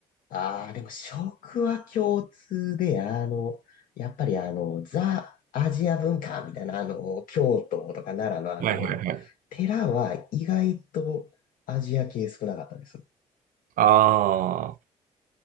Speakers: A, on the left (about 65°); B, on the right (about 65°).
A: ああ、でも食は共通で、あの、やっぱりあの、ザ・アジア文化みたいな、あの、京都とか奈良のあの、
B: はいはいはい。
A: 寺は意外とアジア系少なかったです。
B: ああ、